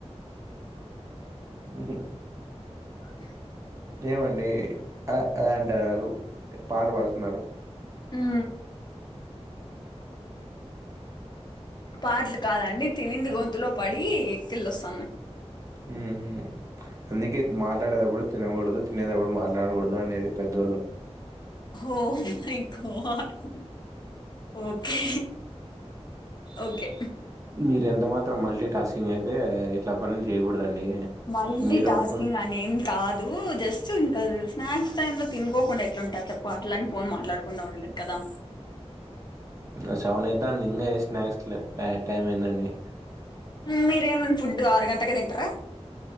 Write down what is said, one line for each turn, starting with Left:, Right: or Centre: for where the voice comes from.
Right: ఉహు
Left: అ చ్చి
Right: ఏమండి ఆ ఆ అంటన్నారు పాట పాడుతున్నారు
Left: ఊ పాటలు కాదండి తినింది గొంతులో పడి ఎక్కిళ్ళ వస్తన్నాయి
Right: ఉహు అందుకే మాట్లాడేటప్పుడు తిన్నకూడదు తిన్నేటప్పుడు మాట్లాడకూడదు అనేది పెద్దోళ్ళు
Left: oh my God okay. Okay.
Right: మీర ఎంత మాత్రం మల్టీ టాస్కింగ్ అయితే ఇట్లా పనులు చేయకూడదండి.
Left: మల్టీ
Right: మీరు
Left: టాస్కింగ్
Right: ఒప్పుకున్
Left: అనేది కాదు. దూ జస్ట్ ఇంకా స్నాక్స్ టైమ్ లో తినుకోకుండా ఎట్లాంటారు చెప్పు అట్లాని ఫోన్ మాట్లాడకుండా ఉండలేదు కదా.
Right: ఉ సెవెన్ అయితాంది ఇంగ ఏ స్నాక్స్ లే బ్యా టైం అయిదండి.
Left: మీరేమన్నా ఫుడ్ ఆరు గంటలకే తింటర.